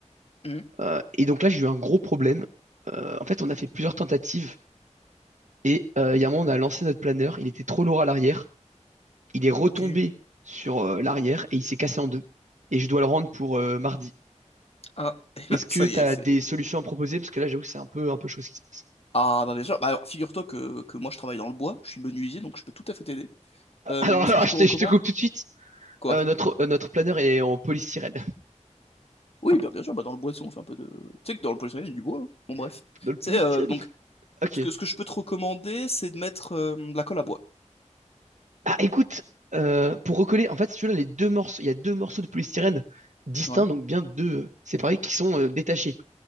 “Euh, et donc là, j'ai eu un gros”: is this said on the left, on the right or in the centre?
Right